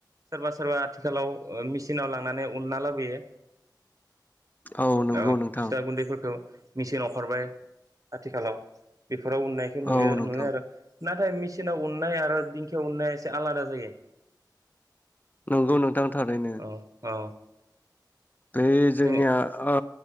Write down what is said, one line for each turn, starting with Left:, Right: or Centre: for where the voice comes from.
Right: सोरबा सोरबा आथिखालाव मेचिनाव लांनानै उनना लाबोयो।
Left: औ नंगौ
Right: अ
Left: नोंथां
Right: फिथा गुन्दैफोरखौ। मेचिन ओखारबाय आथिखालाव बेफोर फ्राव उनायखौ नुयो
Left: औ नोंथां
Right: नुयो आरो। नाथाय मेसिनाव उननाय आरो दिंखियाव उन्नाया एसे आलादा जायो
Left: नंगौ नोंथां थारैनो।
Right: औ औ
Left: बे जोंनिया
Right: जों
Left: ओ।